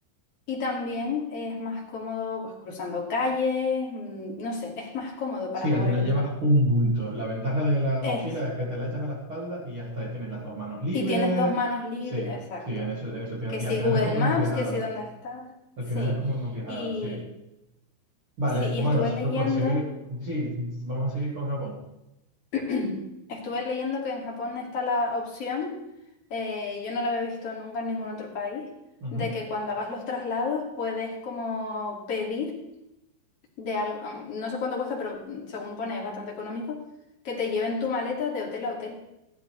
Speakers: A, on the left; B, on the right.
A: Y también es más cómodo pues, cruzando calles, mm, no sé, es más cómodo
B: Sí,
A: para moverte.
B: al final llevas un bulto. La ventaja de la mochila
A: Es.
B: es que te la echas a la espalda y ya está, ahí tienes las dos manos libres.
A: Y tienes dos manos libres,
B: Sí,
A: exacto.
B: sí, en eso, en eso tiene-
A: Que
B: Y
A: si
B: al final
A: Google
B: es como
A: Maps,
B: hemos viajado.
A: que si dónde estás.
B: Al
A: Sí.
B: final es como hemos viajado,
A: Y,
B: sí. Vale,
A: sí, y
B: bueno,
A: estuve
B: si
A: leyendo.
B: fue por seguir, sí, vamos a seguir con Japón.
A: <clears throat> Estuve leyendo que en Japón está la opción, eh, yo no la había visto nunca en ningún otro país,
B: Ujú,
A: de que cuando hagas los traslados puedes como pedir de algo, no sé cuánto cuesta, pero mm, según pone es bastante económico, que te lleven tu maleta de hotel a hotel.